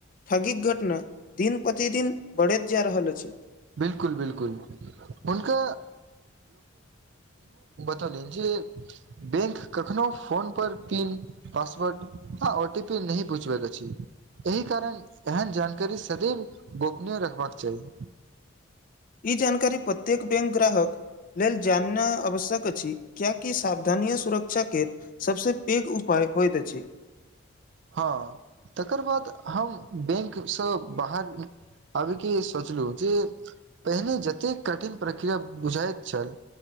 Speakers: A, on the left; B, on the right.
A: ठगीक घटना दिन प्रतिदिन बढ़ैत जा रहल अछि।
B: बिल्कुल बिल्कुल हुनका नहि जे बैंक कखनो फोन पर पिन पासवर्ड आ ओ टी पी नहि बुछबबाक अछी। एहि कारण एहन जानकारी सदैव गोपनीय रखबाक चाही।
A: ई जानकारी प्रत्येक बैंक ग्राहक लेल जानना आवश्यक अछि कियाकी साब स्थनीय सुरक्षाके सभसँ पैघ उपाय होइत अछि।
B: हँ तकर बाद हम बैंकसँ बाहर अबी के सोचलहु जे पहिने जतेक कठिन प्रक्रिया बुझाइत छल